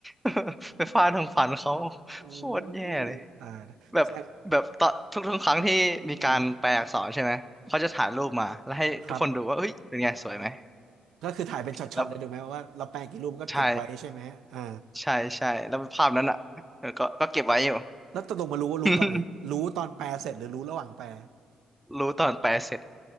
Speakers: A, in the centre; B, on the right (about 80°).
A: ๆไปฟาดตรงฟันเขา
B: โอ้
A: โคตรแย่เลย
B: ยตายละแซ่บ
A: แบบแบบตอนทุกทุกครั้งที่มีการแปลอักษรใช่ไหมเขาจะถ่ายรูปมาแล้วให้ทุกคนดูว่าเฮ้ยเป็นไงสวยไหม
B: อืมครับก็คือถ่ายเป็นช็อตๆเลยถูกไหมว่าเราแปลงกี่รูปก็เก็บไว้ใช่ไหมอ่า
A: แล้วใช่ใช่ใช่แล้วภาพนั้นอ่ะเออก็ก็เก็บไว้อยู่
B: แล้วตกลงมารู้ว่ารู้ตอนไหน
A: <laughs>
B: รู้ตอนแปลเสร็จหรือรู้ระหว่างแปล
A: รู้ตอนแปลเสร็จ